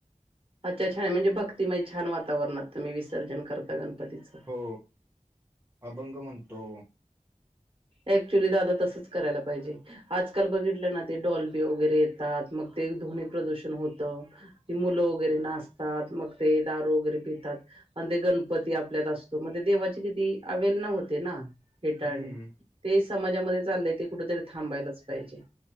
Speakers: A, on the right (about 40°); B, on the right (about 15°).
A: आच्चा छाय म्हणजे बकते मै छान वातावरणात तुम्ही विसर्जन करता गणपतीच.
B: ओ अभंग म्हणतो.
A: एकच्युली दादा तसंच करायला पाहिजे. आजकाल बगिटलना ते डॉल्बी वगैरे येतात मग ते धोनी प्रदुषण होतं. ती मुलं वगैरे नासतात मग ते दारू वगैरे पितात. अन ते गणपती आपल्यात असतो म ते देवाची दिदी आवेलना होते ना. <unintelligible>
B: हम्म
A: ते समाज्यामदे चालय ते कुठतरी थांबायलाच पाहिजे.